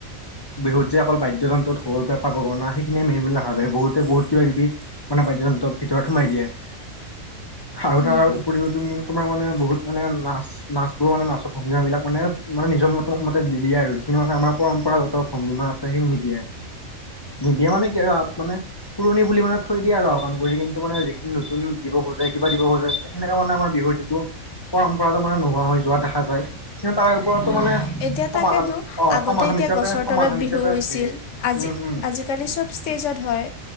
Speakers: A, on the left (about 25°); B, on the left (about 65°).
A: বিহুত যে অকল বাদ্যযন্ত্ৰত হ'ল পেপা গগণা সেইখিনিয়ে মেন বুলি ভাবে বহুতে বহুত কিবা কিবি মানে বাদ্যয়যন্ত্ৰৰ ভিতৰত সোমাই দিয়ে আৰু
B: উম
A: তাৰ উপৰিও তুমি তোমাৰ মানে বহুত মানে নাচ নাচ বোৰ মানে নাচৰ ভঙ্গীমা বিলাক মানে মানে নিজৰ মত মতে দি দিয়ে আৰু সি মানে আমাৰ পৰম্পৰাগত ভংগীমাত আছে সেইখিনি নিদিয়ে নিদিয়ে মানে কি আৰু মানে পুৰণি বুলি মানে থৈ দিয়ে আৰু অকাণ কৰি কিন্তু মানে যিখিনি নতুন দিব খোজে কিবা দিব খোজে সেনেকা মানে আমাৰ বিহুৰ যিটো পৰম্পৰাত মানে নোহোৱা হৈ যোৱা দেখা যায়। কি তাৰ ওপৰতো
B: উম
A: মানে
B: এতিয়া
A: সমাধান
B: তাকেতো
A: অ
B: আগতে
A: সমাধান
B: এতিয়া
A: হিচাপে
B: গছৰ
A: সমাধান
B: তলত বিহু
A: হিচাপে
B: হৈছিল
A: হেৰি
B: আজি
A: উম। উম
B: আজিকালি চব ষ্টেজত হয়।